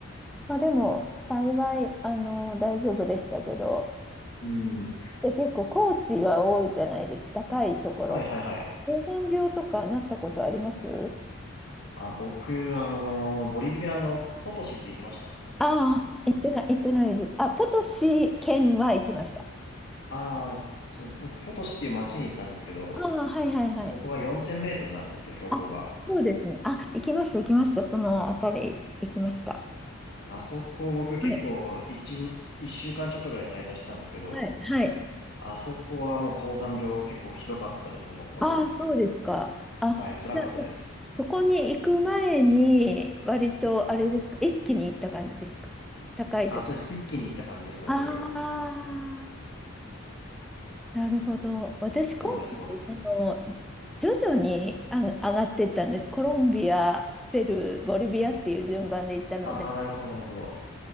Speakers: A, in the centre; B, on the left (about 50°).
A: まあ、でも、幸い、あの、大丈夫でしたけど、
B: うん、
A: で、結構、高地が多いじゃないですか、高いところ。
B: はいはいはい。
A: 高山病とかなったことあります
B: あ、僕、あのーボリビアのポトシって行きました。
A: ああ、行ってない、行ってないです。あ、ポトシ県は行きました。
B: ああ、その、僕、ポトシっていう街に行ったんですけど、
A: ああ、はいはいはい。
B: そこが4000メートルなんですよ、標高が。
A: あ、そうですね。あ、行きました、行きました。そのあたり行きました。
B: あそこ、僕結構、
A: はい
B: 一日、一週間ちょっとぐらい滞在してたんですけど、
A: はい、はい。
B: あそこはもう高山病結構ひどかったですね、僕は。
A: ああ、そうですか。あ、
B: はい、辛かったです。
A: じゃあそ、そこに行く前に、割とあれですか、一気に行った感じですか。高いとこ。
B: あ、そうです。一気に行った感じですね、
A: ああ、
B: 僕。
A: なるほど。私、
B: そうです、
A: 今回、
B: そうです。
A: その、じ徐々にあ上がってったんです。コロンビア、ペルー、ボリビアっていう順番で行ったので、
B: ああ、なるほど、なるほど。